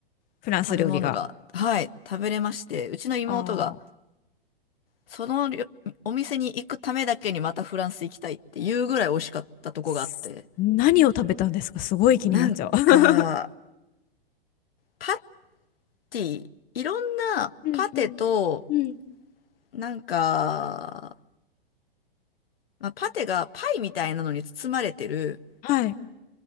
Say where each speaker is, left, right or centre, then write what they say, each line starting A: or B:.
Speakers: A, on the left; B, on the left.
A: フランス料理が。
B: 食べ物が、はい、食べれまして、うちの妹が
A: ああ
B: そのりょお店に行くためだけにまたフランス行きたいっていうぐらい美味しかったとこがあって。
A: す何を食べたんですかすごい気になっちゃう
B: なんか、
A: <laughs>
B: パティ、いろんなパテと、
A: うんうんうん
B: なんか、まあ、パテがパイみたいなのに包まれてる
A: はい。